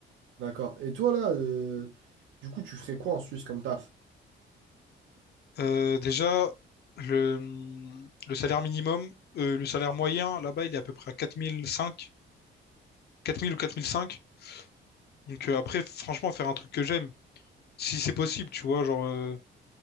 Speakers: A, on the right; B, on the left.
A: D'accord. Et toi, là, euh, du coup, tu ferais quoi en Suisse comme taf?
B: Euh, déjà, le, le salaire minimum, euh, le salaire moyen, là-bas, il est à peu près à quatre mille cinq, quatre mille ou 4005. Donc euh, après, franchement, faire un truc que j'aime, si c'est possible, tu vois, genre, euh,